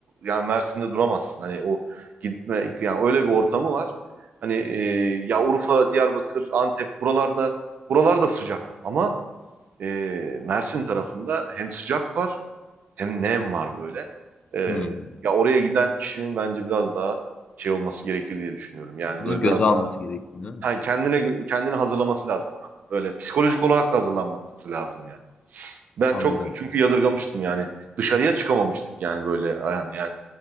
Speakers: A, on the right; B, on the left.
A: yani Mersin'de duramazsın. Hani o gitme yani öyle bir ortamı var. Hani e, ya Urfa, Diyarbakır, Antep buralarda buralarda sıcak ama e, Mersin tarafında hem sıcak var hem nem var böyle. Ee,
B: Hmm.
A: ya oraya giden kişinin bence biraz daha şey olması gerekir diye düşünüyorum. Yani
B: Bunu
A: böyle
B: göze
A: biraz
B: alması
A: daha
B: gerekiyor değil mi?
A: ha, kendine kendini hazırlaması lazım ona. Böyle psikolojik olarak da hazırlanması lazım yani. Ben
B: Anladım.
A: çok çünkü yadırgamıştım yani. Dışarıya çıkamamıştık yani böyle yani, yani